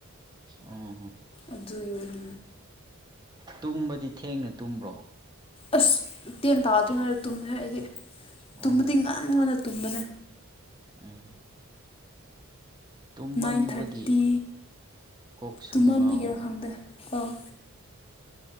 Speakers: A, on the right (about 20°); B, on the left (about 25°).
A: ꯑꯣ
B: ꯑꯗꯨ ꯑꯣꯏꯔ
A: ꯇꯨꯝꯕꯗꯤ ꯊꯦꯡꯅ ꯇꯨꯝꯕ꯭ꯔꯣ
B: ꯑꯁ ꯇꯦꯟ ꯇꯥꯗ꯭ꯔꯤꯉꯩꯗ ꯇꯨꯝꯃꯦ ꯍꯦ ꯑꯩꯗꯤ
A: ꯑꯣ
B: ꯇꯨꯝꯕꯗꯤ ꯉꯥꯟ ꯉꯟꯅ ꯇꯨꯝꯕꯅꯦ꯫
A: ꯎꯝ ꯇꯨꯝꯃꯟꯕꯒꯤ
B: ꯅꯥꯏꯟ ꯊꯥꯔꯇꯤ
A: ꯀꯣꯛꯁꯨ
B: ꯇꯃꯟꯕꯤꯒꯔꯥ
A: ꯉꯥꯎꯕ
B: ꯈꯪꯗꯦ ꯑꯧ